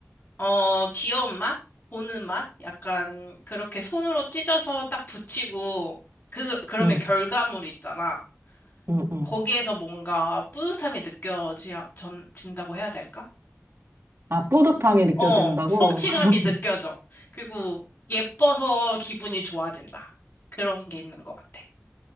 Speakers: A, on the left; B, on the right.
A: 어, 귀여운 맛? 보는 맛? 약간, 그렇게 손으로 찢어서 딱 붙이고, 그, 그러면
B: 응,
A: 결과물 있잖아.
B: 응, 응.
A: 거기에서 뭔가 뿌듯함이 느껴진다고 해야 될까?
B: 아, 뿌듯함이 느껴진다고?
A: 어, 성취감이
B: <laughs>
A: 느껴져. 그리고 예뻐서 기분이 좋아진다. 그런 게 있는 것 같아.